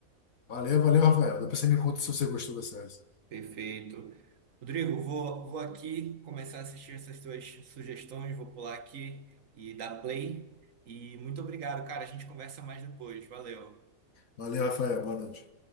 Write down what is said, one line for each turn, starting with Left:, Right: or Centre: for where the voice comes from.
Left: Valeu, valeu, Rafael. Depois você me conta se você gostou da série.
Right: Perfeito. Rodrigo, vou, vou aqui começar a assistir essas suas sugestões, vou pular aqui e dar play. E muito obrigado, cara. A gente conversa mais depois. Valeu.
Left: Valeu, Rafael. Boa noite.